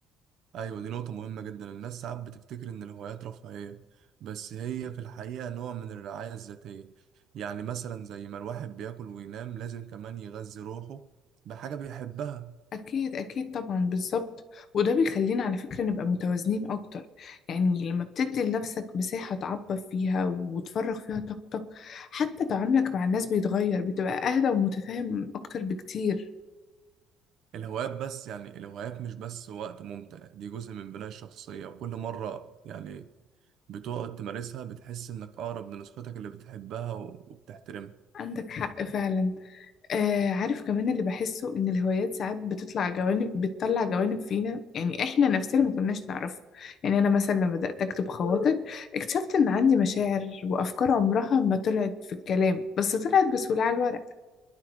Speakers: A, on the right; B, on the left.
A: ايوه دي نقطة مهمة جدا الناس ساعات بتفتكر ان الهوايات رفاهية بس هي في الحقيقة نوع من الرعاية الذاتية يعني مثلا زي ما الواحد بياكل وينام لازم كمان يغذي روحه بحاجة بيحبها
B: أكيد أكيد طبعا بالظبط وده بيخلينا على فكرة نبقى متوازنين أكتر يعني لما بتدي لنفسك مساحة تعبر فيها وتفرغ فيها طاقتك حتى تعاملك مع الناس بيتغير بتبقى أهدى ومتفاهم أكتر بكتير
A: الهوايات بس يعني الهوايات مش بس وقت ممتع دي جزء من بناء الشخصية وكل مرة يعني بتقعد تمارسها بتحس انك اقرب لنسختك اللي بتحبها وبتحترمها
B: عندك حق فعلا آه عارف كمان اللي بحسه إن الهوايات ساعات بتطلع جوانب بتطلع جوانب فينا يعني إحنا نفسنا ما كناش نعرفها يعني أنا مثلا لما بدأت أكتب خواطر اكتشفت إن عندي مشاعر وأفكار عمرها ما طلعت في الكلام بس طلعت بسهولة على الورق